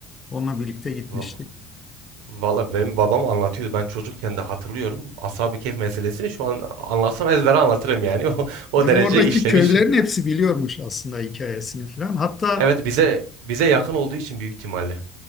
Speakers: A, on the left (about 30°); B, on the right (about 65°).
A: Onunla birlikte gitmiştik.
B: v- valla benim babam anlatıyordu. Ben çocukken de hatırlıyorum. Ashab-ı Kehf meselesini şu an anlatsam ezbere anlatırım yani. <laughs> O, o
A: E, oradaki
B: derece işlemiş.
A: köylerin hepsi biliyormuş aslında hikayesini filan. Hatta
B: Evet bize bize yakın olduğu için büyük ihtimalle.